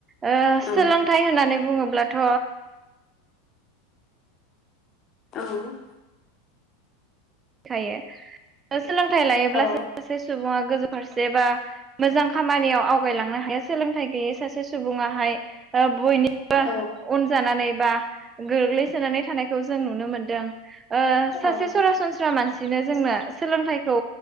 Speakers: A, on the right (about 25°); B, on the left (about 40°).
A: ओ
B: औ
A: सोलोंथाइ होननानै बुंङोब्लाथ'
B: <unintelligible> औ
A: खायो सोलोंथाइ लायोब्लासो
B: औ
A: सासे सुबुंङा। गोजौ फारसे बा मोजां खामानियाव आवगायलांनो हायो सोलोंथाइ गैयै सासे सुबुंङाहाय बयनिबो
B: औ
A: उन जानानै बा गोग्लैसोनानै थानायखौ जों नुनो मोनदों। ओ
B: औ
A: सासे सरासनस्रा। सनस्रा मानसिनो जोंनो सोलोंथाइखौ